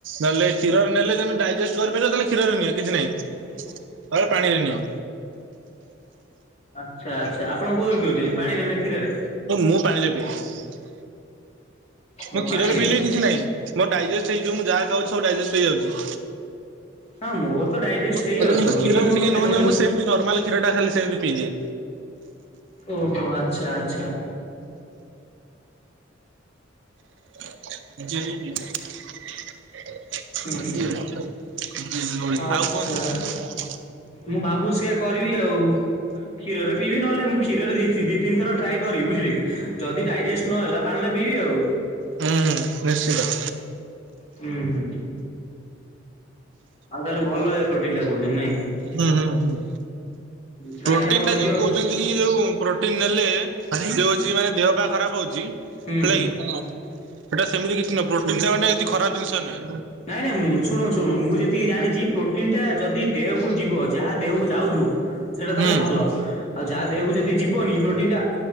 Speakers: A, on the right; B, on the left.
A: ନହେଲେ କ୍ଷୀରରେ ନେଲେ ତମେ ଡାଇଜେଷ୍ଟ୍ କରିପାରିବ ତାହେଲେ କ୍ଷୀରରେ ନିଅ କିଛି ନାହିଁ।
B: <inaudible>
A: ତମେ ପାଣିରେ ନିଅ
B: ଆଚ୍ଛା ଆଚ୍ଛା ଆପଣ କୋଉଠୁ କିଣିୁଛନ୍ତି ପାଣିରେ ନା? କ୍ଷୀରରେ
A: ମୁଁ ପାଣିରେ ପିଏ।
B: ଓ
A: ମୁ କ୍ଷୀରରେ
B: ପାଣିରେ
A: ପିଇଲେ ବି କିଛି ନାହିଁ ମୋର ଡାଇଜେଷ୍ଟ୍ ହେଇଯିବ ମୁଁ ଯାହା ଖାଉଛି ଡାଇଜେଷ୍ଟ୍ ହେଇଯାଉଛି।
B: ହଁ ମୋର ତ ଡାଇଜେଷ୍ଟ ହେଇ
A: ମତେ
B: ଆଉ
A: କିନ୍ତୁ
B: ସବୁ
A: କ୍ଷୀରରେ
B: କିଛି ମୁଁ
A: ଟିକେ
B: ତ ପେଟ
A: ନଉନି
B: ପଟ
A: ମୁଁ
B: କି
A: ସେମିତି ନର୍ମାଲ କ୍ଷୀରଟା ଖାଲି ସେମତି ପିଦିଏ।
B: ଓହୋ ଆଚ୍ଛା ଆଚ୍ଛା।
A: <unintelligible> ଆଉ
B: ହୁଁ
A: କୁହନ୍ତୁ।
B: ଆଚ୍ଛା ମୁଁ ଭାବୁଛି ସେଆ କରିବି ଆଉ। କ୍ଷୀରରେ ପିବି ନହଲେ ମୁ କ୍ଷୀର ଦି ତି ଦି ତିନ୍ ଥର ଟ୍ରାଏ କରିବି ବୁଝିଲି କି ଯଦି ଡାଇଜେଷ୍ଟ ନ ହେଲା ପାଣି ପିଇବି ଆଉ।
A: ହୁଁ ନିଶ୍ଚିତ।
B: ହୁଁ ହୁଁ। ଆଉ ତାହେଲେ ଭଲ ହେ ପ୍ରୋଟିନ୍ ଟା କୋହୁଛନ୍ତି ନାଇଁ।
A: ହୁଁ ହୁଁ।
B: ପ୍ରାଇଜ
A: ପ୍ରୋଟିନ
B: ଆମର
A: ଟା
B: ରହିଯିବ।
A: ଯୋଉ କହୁଛନ୍ତି ଯୋଉ ପ୍ରୋଟିନ ନେଲେ ଆସିକି ସେ ହୋଉଛି ଦେହ ପା ଖରାପ୍ ହୋଉଚି
B: ହୁଁ
A: ହେଲାକି। ସେଟା ସେମିତି କିଛି ନୁହଁ ପ୍ରୋଟିନ ଟା ମାନେ କିଛି ଖରାପ୍ ଜିନିଷ ନୁହେଁ।
B: ନାଇଁ ନାଇଁ ଶୁଣୁ ଶୁଣୁ ମୁଁ ଯେତିକି ଜାଣିଛି ପ୍ରୋଟିନ ଟା ଯଦି ଦେହକୁ ଯିବ ଯାହା ଦେହକୁ ଯାଉଥିବ ସେଇଟା ତାହେଲେ
A: ହୁଁ।
B: ଭଲ ଆଉ ଯାହା ଦେହକୁ ଯଦି ଯିବନି ପ୍ରୋଟିନ ଟା